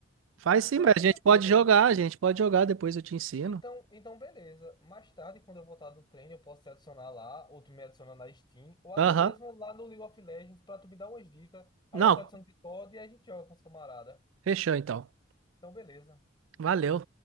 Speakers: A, on the right; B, on the left.
A: Faz sim,
B: por
A: mas
B: essa
A: a gente
B: questão,
A: pode
B: entendeu?
A: jogar, a gente pode jogar, depois eu te ensino.
B: Então, então beleza. Mais tarde, quando eu voltar do treino, eu posso te adicionar lá, ou tu me adiciona na Steam, ou até
A: Aham.
B: mesmo lá no League of Legends para tu me dar umas dicas. Aí
A: Não,
B: eu te adiciono no Discord e a gente joga com os camaradas.
A: fechou então.
B: Então, beleza.
A: Valeu.